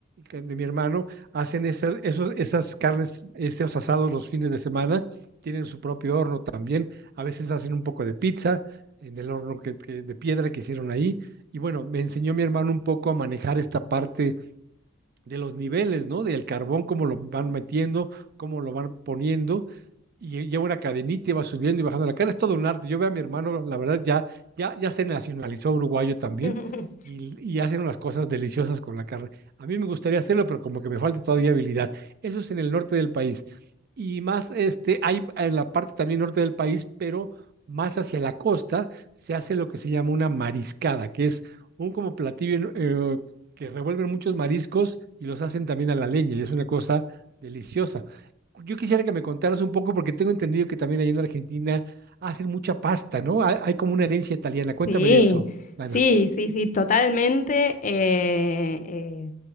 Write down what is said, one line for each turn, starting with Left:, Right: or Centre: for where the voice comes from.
Right: que de mi hermano hacen esa- esos, esas carnes, estos asados los fines de semana, tienen su propio horno también, a veces hacen un poco de pizza en el horno que, que- de piedra que hicieron ahí. Y bueno, me enseñó mi hermano un poco a manejar esta parte de los niveles, ¿no? Del carbón, cómo lo van metiendo, cómo lo van poniendo, y lleva una cadenita y va subiendo y bajando la cara. Es todo un arte. Yo veo a mi hermano, la verdad, ya, ya, ya se nacionalizó uruguayo también
Left: <laughs>
Right: y, y hacen unas cosas deliciosas con la carne. A mí me gustaría hacerlo, pero como que me falta todavía habilidad. Eso es en el norte del país. Y más, este, hay en la parte también norte del país, pero más hacia la costa, se hace lo que se llama una mariscada, que es un como platillo eh, que revuelven muchos mariscos y los hacen también a la leña, y es una cosa deliciosa. Yo quisiera que me contaras un poco, porque tengo entendido que también ahí en Argentina hacen mucha pasta, ¿no? Hay, hay como una herencia italiana.
Left: Sí,
Right: Cuéntame de eso, Ana.
Left: sí, sí, sí, totalmente. eh, eh,